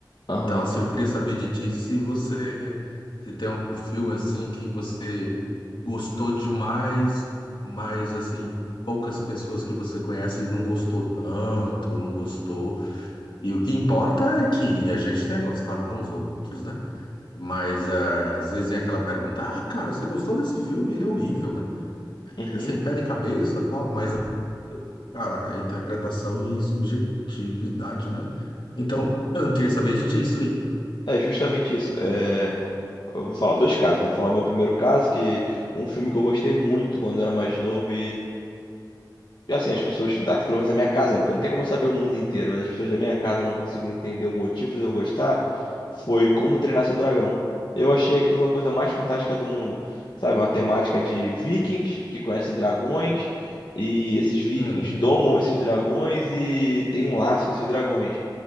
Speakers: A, on the left (about 70°); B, on the left (about 90°).
A: Aham.
B: Então, assim, eu queria saber de ti se você se tem um filme assim que você gostou demais, mas assim poucas pessoas que você conhece não gostou tanto, não gostou. E o que importa é que a gente tenha gostado, não os outros, né? Mas é, às vezes vem aquela pergunta: ah, cara, você gostou desse filme? Ele é horrível, né?
A: Uhum.
B: É Sem pé nem cabeça, tal, mas, cara, é interpretação e subjetividade, né? Então, eu não queria saber de ti isso aí.
A: É justamente isso. É, Eu vou falar dois casos, né? Falar o meu primeiro caso, que um filme que eu gostei muito quando eu era mais novo assim, as pessoas daqui, pelo menos da minha casa, né? Porque não tem como eu saber o mundo inteiro, mas as pessoas da minha casa não conseguiram entender o motivo de eu gostar, foi Como Treinar Seu Dragão. Eu achei aquilo a coisa mais fantástica do mundo, sabe? Uma temática de vikings que conhecem dragões, e esses vikings
B: Hum,
A: domam esses dragões e tem um laço com esses dragões.